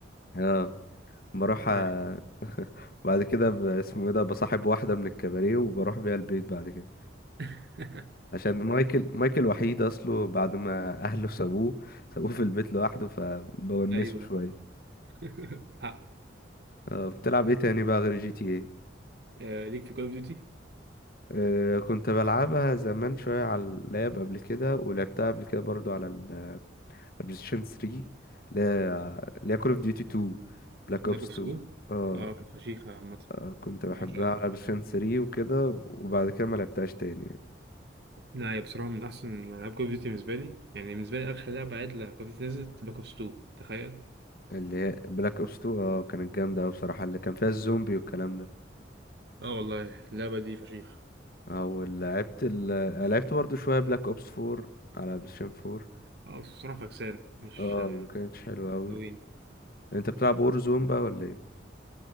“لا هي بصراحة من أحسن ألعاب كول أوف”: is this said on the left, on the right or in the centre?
Right